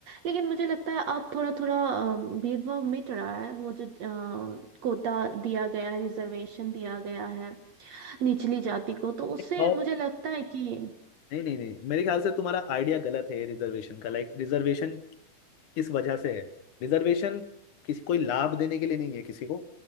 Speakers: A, on the right (about 60°); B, on the left (about 70°).
A: लेकिन मुझे लगता है अब थोड़ा थोड़ा अम, भेदभाव मिट रहा है वो जो अम, कोटा दिया गया है रिजर्वेशन दिया गया है निचली जाति को तो उससे
B: और-
A: मुझे लगता है कि <laughs>
B: नहीं नहीं नहीं मेरे ख्याल से तुम्हारा आइडिया गलत है रिजर्वेशन का लाइक रिजर्वेशन किस वजह से है रिजर्वेशन किसी कोई लाभ देने के लिए नहीं है किसी को